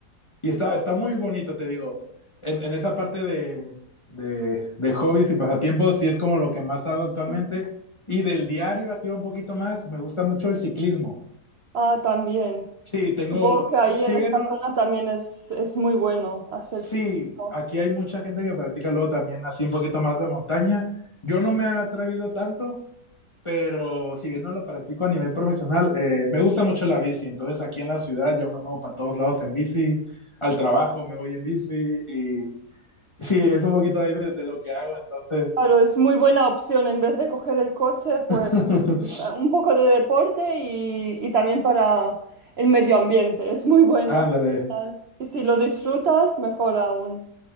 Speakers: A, on the left (about 20°); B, on the right (about 80°).
A: y está, está muy bonito, te digo, en, en esa parte de, de, de, hobbies y pasatiempos sí es como lo que más hago actualmente
B: Ujú.
A: y del diario así un poquito más, me gusta mucho el ciclismo.
B: Ah, también.
A: Sí, tengo,
B: Supongo que ahí en
A: si bien
B: esta
A: no,
B: zona también es, es muy bueno hacer
A: sí,
B: ciclismo.
A: aquí hay mucha gente que practica luego también así un poquito más de montaña, yo no me he atrevido tanto, pero si bien no lo practico a nivel profesional, eh, me gusta mucho la bici. Entonces aquí en la ciudad yo me muevo para todos lados en bici, al trabajo me voy en bici y sí, es un poquito ahí de, de lo que hago. Entonces,
B: Claro, es muy buena opción en vez de coger el coche, pues
A: <laughs>
B: un poco de deporte y, y también para el medio ambiente. Es muy bueno.
A: ándale.
B: Y si lo disfrutas, mejor aún.